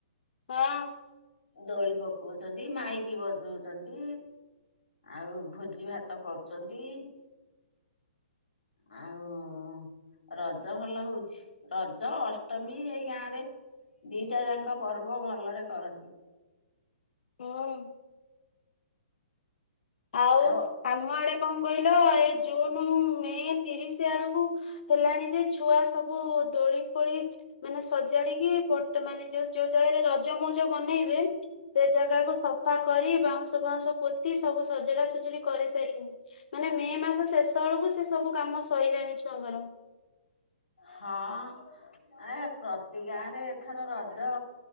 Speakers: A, on the left; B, on the left.
A: ହଁ।
B: ଦୋଳି ପକଉଚନ୍ତି ମାଇକି ବଜଉଚନ୍ତି। ଆଉ ଭୋଜି ଭାତ କରୁଚନ୍ତି। ଆଉ ରଜ ଭଲ ହଉଛି, ରଜ ଅଷ୍ଟମୀ ଏଇ ଗାଆଁରେ। ଦିଟା ଯାଙ୍କ ପର୍ବ ଭଲରେ କରନ୍ତି।
A: ହଁ। ଆ
B: ଆଓ
A: ଆମ ଆଡେ କଣ କହିଲ ଏ ଜୁନ ମେ ତିରିଶି ଆରକୁ ହେଲାଣି ଯେ ଛୁଆ ସବୁ ଦୋଳି ଫୋଳି ମାନେ ସଜାଡିକି ପଟ ମାନେ ଯୋଉ ଜାଗାରେ ରଜ ମଉଜ ବନେଇବେ ସେ ଜାଗାକୁ ସଫା କରି ବାଉଁଶ ଫାଉଁଶ ପୋତି ସବୁ ସଜଡା ସଜୁଡି କରିସାରିଲେଣି। ମାନେ ମେ ମାସ ଶେଷ ବେଳକୁ ସେ ସବୁ କାମ ସଇଲାଣି ଛୁଆଙ୍କର।
B: ହଁ ଏ ପ୍ରତି ଗାଁ ରେ ଏଥର ରଜ।